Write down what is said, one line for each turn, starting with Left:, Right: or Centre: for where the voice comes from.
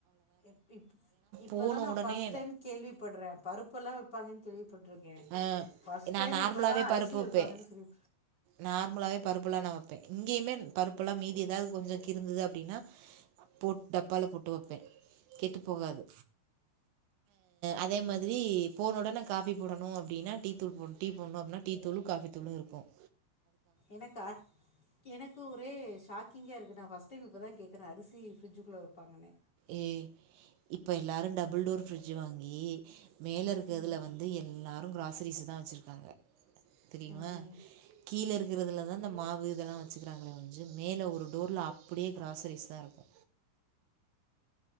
Left: இப்டி இப்போதா
Right: போன
Left: நா
Right: உடனே
Left: ஃபஸ்ட் டைம் கேள்விப்பட்ற பருப்பெல்லா வெப்பாங்கன் கேள்விப்பட் இருக்க
Right: ஆ
Left: ஃபர்ஸ்ட்
Right: நான்
Left: டைம்
Right: நார்மலாவே
Left: இப்பதா அரிசி
Right: பருப்பு வப்பே
Left: வைப்பாங்கன்னு கேள்வி
Right: நார்மலாவே பருப்புல்லா நா வைப்ப இங்கேயுமே பருப்புல்லா மீதி ஏதாவது கொஞ்ச கிருந்தது அப்டின்னா போட் டப்பால போட்டு வைப்ப கெட்டு போகாது அதே மாதிரி போனோடனே காபி போடணும் அப்டின்னா டீ தூள் போடணும் டீ போடணும் அப்டினா டீ தூளும் காஃபி தூளும் இருக்கும்
Left: எனக்கா எனக்கு எனக்கு ஒரே ஷாங்காக இருக்கு நா ஃபர்ஸ் டைம் இப்ப தா கேக்குற அரிசி ஃப்ரிஜுக்குள்ள வைப்பாங்கனு
Right: ஏ இப்ப எல்லாரு டபுள் டோர் பிரிட்ஜ் வாங்கி மேல இருக்கிறதுல
Left: ம்
Right: வந்து ந்து எல்லாரு கிராசரிஸ்தா வச்சிருக்காங்க தெரியுமா
Left: ம்
Right: கீழே இருக்குறதுலதா இந்த மாவு இதல்லா வச்சுக்கறாங்களே ஒழிஞ்சு மேலே ஒரு டோர்ல அப்புடியே க்ராசரிஸ்தா இருக்கு